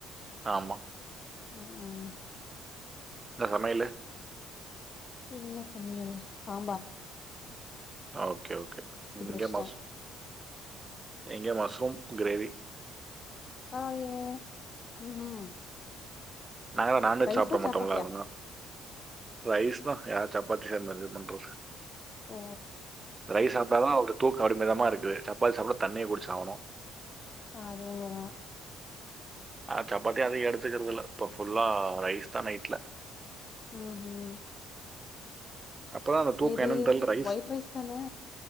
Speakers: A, on the right; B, on the left.
A: ஆமா
B: ம் ம்
A: என்ன சமயலு
B: என்ன சமயல் சாம்பார்
A: ஓகே ஓகே
B: போட்டு
A: இங்க
B: வச்சுட்டேன்
A: மஸ் இங்க மஸ்ரூம் கிரேவி
B: பரவாயில்லயே ம் ம்
A: நாங்க தா நான்வெஜ்
B: ரைஸா
A: சாப்ப
B: சப்பாத்தியா
A: மாட்டோம்ல அதான ரைஸ் தா யாரு சப்பாத்தி சேத்து இது பண்றது
B: ஓ
A: ரைஸ் சாப்டாதா ஒரு தூக்கொ அடி மதமா இருக்கு சப்பாத்தி சாப்டா தண்ணிய குடிச்சு ஆவணு
B: அதுவு தா
A: ஆ சப்பாத்தி அதிக எடுத்துக்குறதுல்ல இப்போ ஃபுல்லா ரைஸ் தா நைட்ல
B: ம் ஹும்
A: அப்போ தா அந்த தூக்கொ
B: எது
A: என்னன் தெர்ல ரைஸ்
B: ஒயிட் தானே